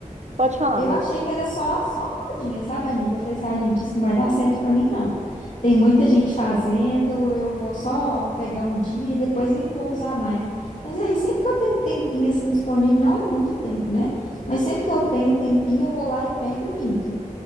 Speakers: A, on the right; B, on the left.
A: pode falar,
B: eu
A: amiga.
B: achei que era só, só modinha, sabe, amiga? Eu falei assim, ah, gente, isso não vai dar certo pra mim, não. Tem muita gente fazendo, eu vou só pegar um dia e depois nem vou usar mais. Mas aí, sempre que eu tenho um tempinho assim disponível, não é muito tempo, né? Mas sempre que eu tenho um tempinho, eu vou lá e pego e pinto.